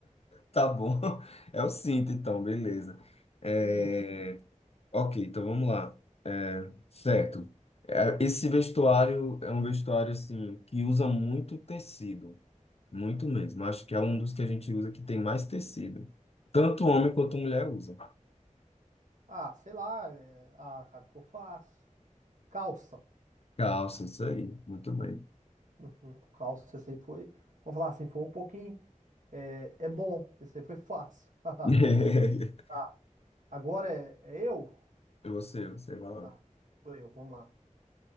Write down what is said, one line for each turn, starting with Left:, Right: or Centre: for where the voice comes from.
Left: tá bom. <laughs> É o cinto, então, beleza. É,
Right: Isso.
Left: ok, então vamos lá. É, certo. É, Esse vestuário é um vestuário assim que usa muito tecido, muito mesmo. Acho que é um dos que a gente usa que tem mais tecido. Tanto homem quanto mulher usa.
Right: Ah, sei lá. é- Ah, cara, ficou fácil. Calça.
Left: Calça, isso aí. Muito bem.
Right: Uhum. Calça, esse aí foi. Vamos falar assim, foi um pouquinho. É, é bom, esse aí foi fácil. <laughs>
Left: <laughs>
Right: Tá, agora é é eu?
Left: Você, você vai lá.
Right: Tá, sou eu, vamos lá.